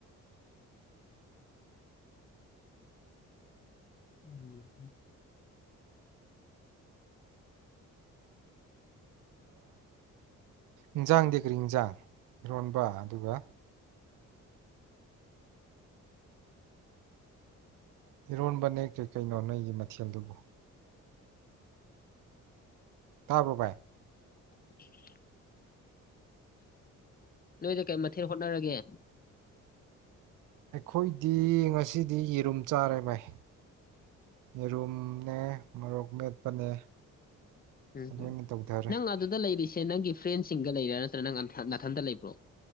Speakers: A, on the left; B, on the right.
A: ꯎꯝ
B: ꯏꯟꯖꯥꯡꯗꯤ ꯀꯔꯤ ꯌꯦꯟꯖꯥꯡ ꯏꯔꯣꯟꯕ ꯑꯗꯨꯒ ꯏꯔꯣꯟꯕꯅꯦ ꯀꯔꯤꯀꯩꯅꯣ ꯅꯪꯒꯤ ꯃꯊꯦꯜꯗꯨꯕꯨ ꯇꯥꯕꯕꯥ
A: <unintelligible> ꯅꯣꯏꯗ ꯀꯩ ꯃꯊꯦꯜ ꯍꯣꯠꯅꯔꯒꯦ
B: ꯑꯩꯈꯣꯏꯗꯤ ꯉꯁꯤꯗꯤ ꯌꯦꯔꯨꯝ ꯆꯥꯔꯦ ꯃꯥꯏ ꯌꯦꯔꯨꯝꯅꯦ ꯃꯔꯣꯛ ꯃꯦꯠꯄꯅꯦ
A: ꯎꯝꯝ
B: ꯑꯗꯨ ꯑꯣꯏꯅ ꯇꯧꯊꯔꯦ
A: ꯅꯪ ꯑꯗꯨꯗ ꯂꯩꯔꯤꯁꯦ ꯅꯪ ꯒꯤꯐ ꯐ꯭ꯔꯦꯟꯁꯤꯡꯒ ꯂꯩꯔꯥ ꯅꯠꯇ꯭ꯔꯅ ꯅꯥꯊꯟꯗ ꯂꯩꯕ꯭ꯔꯣ